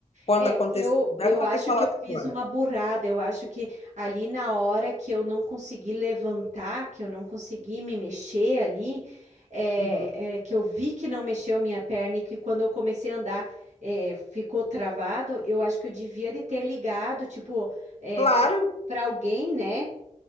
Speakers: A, on the left; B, on the right.
A: quando
B: É,
A: aconteceu.
B: eu,
A: Não
B: eu
A: era para
B: acho
A: ter falado
B: que eu fiz
A: agora.
B: uma burrada. Eu acho que ali na hora que eu não consegui levantar, que eu não consegui me mexer ali, é,
A: Uhum.
B: é, que eu vi que não mexeu minha perna e que quando eu comecei a andar, é, ficou travado, eu acho que eu devia de ter ligado, tipo,
A: Claro,
B: para para alguém, né?